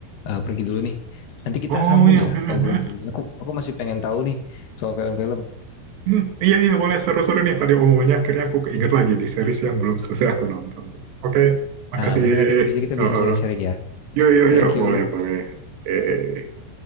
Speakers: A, on the left; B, on the right.
A: eh, pergi dulu nih. Nanti kita
B: Oh
A: sambung
B: ya,
A: ya
B: Hmm, hmm,
A: obrolan
B: hmm.
A: ini. Aku aku masih pengen tahu nih soal film-film.
B: Hmm. Iya iya boleh seru-seru nih tadi omongannya akhirnya aku keinget lagi di series yang belum selesai aku nonton. Oke, makasih.
A: Nah, mungkin nanti habis
B: Eh,
A: ini kita
B: eh.
A: bisa sharing-sharing ya.
B: yuk yuk
A: Thank
B: yuk
A: you.
B: boleh boleh. Oke.